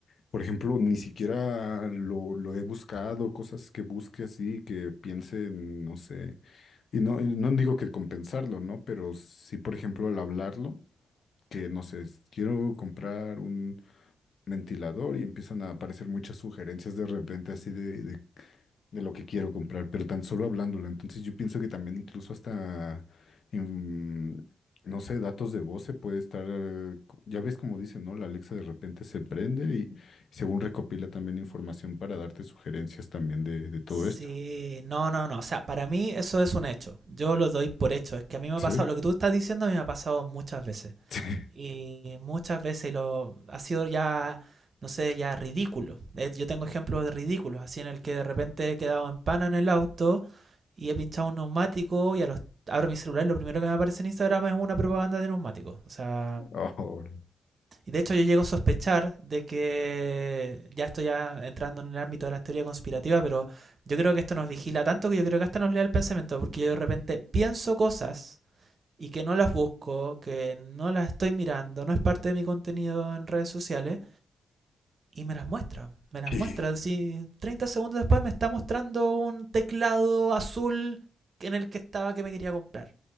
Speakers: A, on the left; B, on the right.
A: por ejemplo, ni siquiera lo, lo he buscado, cosas que busque así, que piense, en, no sé, y no, y no digo que compensarlo, ¿no? Pero sí, por ejemplo, al hablarlo, que no sé, s- quiero comprar un ventilador y empiezan a aparecer muchas sugerencias de repente así de, de de lo que quiero comprar, pero tan solo hablándolo. Entonces yo pienso que también incluso hasta, en, no sé, datos de voz se puede estar, eh, co- ya ves como dicen, ¿no? La Alexa de repente se prende y según recopila también información para darte sugerencias también de, de todo
B: Sí,
A: esto.
B: no, no, no. O sea, para mí eso es un hecho. Yo lo doy por hecho. Es que a mí me
A: Sí,
B: ha pasado, lo que tú estás diciendo a mí me ha pasado muchas veces.
A: <laughs> sí.
B: y muchas veces lo ha sido ya, no sé, ya ridículo. Eh, Yo tengo ejemplos de ridículos, así en el que de repente he quedado en pana en el auto y he pinchado un neumático y a los abro mi celular, y lo primero que me aparece en Instagram es una propaganda de neumáticos. O sea,
A: Oh,
B: y de hecho yo llego a sospechar de que ya estoy ya entrando en el ámbito de la teoría conspirativa, pero yo creo que esto nos vigila tanto que yo creo que hasta nos lea el pensamiento, porque yo de repente pienso cosas y que no las busco, que no las estoy mirando, no es parte de mi contenido en redes sociales y me las muestra. Me las
A: sí.
B: muestra. Si 30 segundos después me está mostrando un teclado azul en el que estaba que me quería comprar.